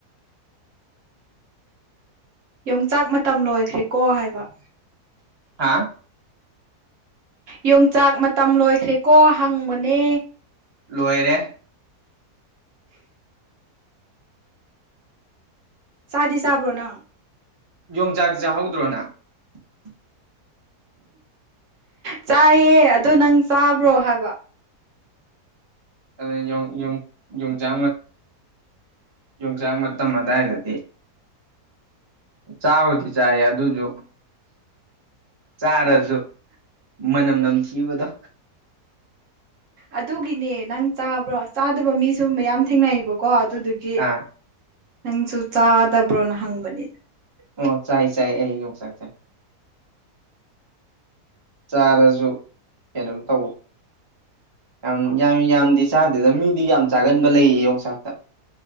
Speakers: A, on the right (about 55°); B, on the right (about 25°).
A: ꯌꯣꯡꯆꯥꯛ ꯃꯇꯝ ꯂꯣꯏꯈ꯭ꯔꯦꯀꯣ ꯍꯥꯏꯕ
B: ꯍꯥꯥ
A: ꯌꯣꯡꯆꯥꯛ ꯃꯇꯝ ꯂꯣꯏꯈ꯭ꯔꯦꯀꯣ ꯍꯪꯕꯅꯦ
B: ꯂꯣꯏꯔꯦ
A: <inaudible> ꯁꯥꯗꯤ ꯁꯥꯕ꯭ꯔꯣꯅ
B: ꯌꯣꯡꯆꯥꯛ ꯆꯥꯍꯧꯗ꯭ꯔꯣꯅ <inaudible>
A: ꯆꯥꯏꯌꯦ ꯑ ꯅꯪ ꯆꯥꯕ꯭ꯔꯣ ꯍꯥꯏꯕ
B: ꯑ ꯌ ꯌ ꯌ ꯆ ꯌꯣꯡꯆꯥꯛ ꯃꯇꯝ ꯑꯗꯨꯗꯥꯏꯗꯗꯤ ꯆꯥꯕꯣ ꯊ ꯆ ꯌꯥ ꯑꯗꯨꯖ ꯆꯥꯔꯁꯨ ꯃꯅꯝ ꯅꯝꯊꯤꯕꯗꯣ
A: ꯑꯗꯨꯒꯤꯅꯦ ꯅꯪ ꯆꯥꯕ꯭ꯔꯣ ꯆꯥꯗꯕ ꯃꯤꯁꯨꯒꯨꯝꯕ ꯌꯥꯝ ꯊꯦꯡꯅꯕꯀꯣ ꯑꯗꯨꯗꯨꯒꯤ
B: ꯑꯥ
A: ꯅꯪꯁꯨ ꯆꯥꯗꯕ꯭ꯔꯣꯅ ꯍꯪꯕꯅꯤ
B: ꯑꯣ ꯆꯥꯏ ꯆꯥꯏ ꯑꯩ ꯌꯧ ꯆꯁꯦ ꯆꯥꯔꯁꯨ ꯀꯩꯅꯣꯝ ꯇꯧꯋ ꯌꯥꯝ ꯌꯥꯝ ꯌꯥꯝꯗꯤ ꯆꯥꯗꯦꯗ ꯃꯤꯗꯤ ꯌꯥꯝ ꯆꯥꯒꯟꯕ ꯂꯩꯌꯦ ꯌꯣꯡꯆꯥꯛꯇ